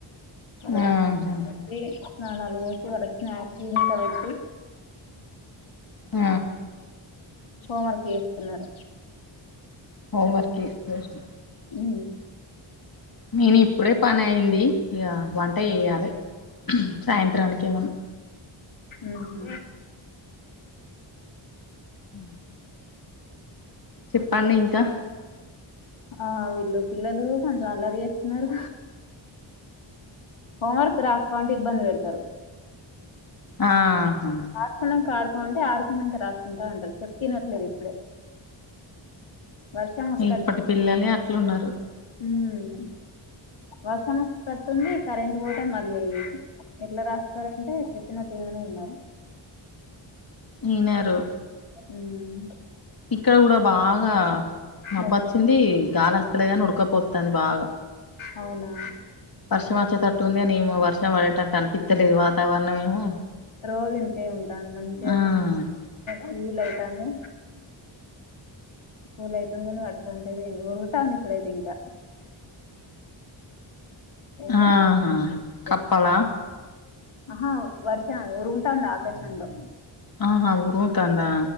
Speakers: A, on the left; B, on the left.
A: అలాగ
B: ఆహా
A: వీ స్నానాలు పోసి వాళ్లకి స్నాక్స్ గింట పెట్టి
B: ఉ
A: హోంవర్క్ చేస్తున్నారు
B: హోం వర్క్ చేస్తారు
A: ఉ
B: నేను ఇప్పుడే పని అయింది ఇక వంట చేయాలే సాయంత్రానికి ఏమన్నా
A: ఉహూ
B: ఉ చెప్పండి ఇంకా
A: ఆ వీళ్ళు పిల్లలు కొంచెం అల్లరి చేస్తున్నారు హోంవర్క్ రాసుకో అంటే ఇబ్బంది పెడతారు
B: ఆహా
A: రాసుకున్నాక ఆడు అంటే ఆడుకున్నాక రాసుకుంటా ఉంటారు చెప్తే వినట్లేరు ఇప్పుడే వర్షం వస్తది
B: ఇప్పటి పిల్లలే అట్లున్నారు
A: ఉమ్ వర్షం వచ్చేటట్టు ఉంది కరెంట్ పోతే మళ్ళీ ఎట్లా రాస్తారంటే చెప్పినట్టు ఇననే ఇనారు
B: ఇనారు
A: ఉమ్
B: ఇక్కడ కూడా బాగా మబ్బచ్చింది
A: మా
B: గాలస్తలేదు గాని ఉడకపోస్తాంది బాగా
A: అవునా
B: వర్షం వచ్చేతట్టు ఉందిని ఏమో వర్షం పడేటట్టు అనిపిత్తలేదు వాతావరణం ఏమో
A: రోజూ ఇంతే ఉంటాన్ది మంచిగా
B: ఆ
A: కూల్ అయితాంది ఫూల్ అయితాంది కానీ వర్షం లేదు ఏం లేదు ఉరుముతాంది ఇప్పుడు అయితే ఇంకా ఏమో
B: ఆహా
A: మరి.
B: కప్పల
A: ఆహా వర్ష ఉరుముతాంది ఆకాశంలో
B: ఆహా ఉరుముతాందా